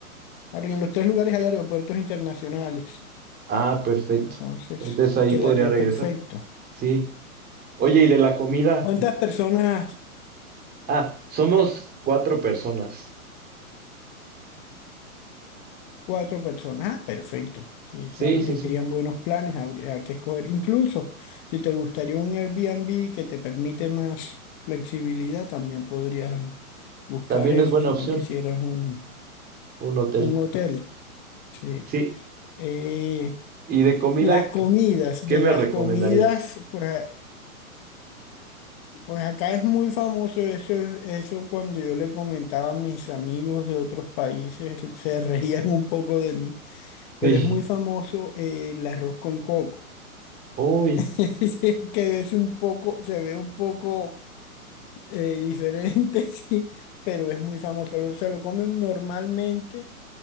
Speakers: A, on the left; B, on the right.
A: a- en los tres lugares hay aeropuertos internacionales.
B: Ah, perfecto.
A: Entonces,
B: Entonces ahí
A: quedaría
B: podría regresar.
A: perfecto.
B: Sí. Oye, ¿y de la comida?
A: ¿Cuántas personas
B: Ah, somos cuatro personas.
A: Cuatro personas. Ah, perfecto. Sí,
B: Sí,
A: sal-
B: sí,
A: dirían
B: sí.
A: buenos planes, habría que escoger. Incluso si te gustaría un Airbnb que te permite más flexibilidad, también podrías buscar
B: También
A: eso
B: es buena
A: si
B: opción
A: no quisieras un,
B: un hotel.
A: un hotel. Sí.
B: Sí.
A: Eh,
B: ¿Y de comida,
A: las comidas,
B: qué, qué
A: de
B: me
A: las
B: recomendarías?
A: comidas, pues, pues acá es muy famoso eso, eso cuando yo le comentaba a mis amigos de otros países, se reían un poco de mí, pero
B: <laughs> Sí.
A: es muy famoso eh, el arroz con coco.
B: Uy,
A: <laughs> Sí, que es un poco, se ve un poco eh, diferente, <laughs> sí, pero es muy famoso. Lo- Se lo comen normalmente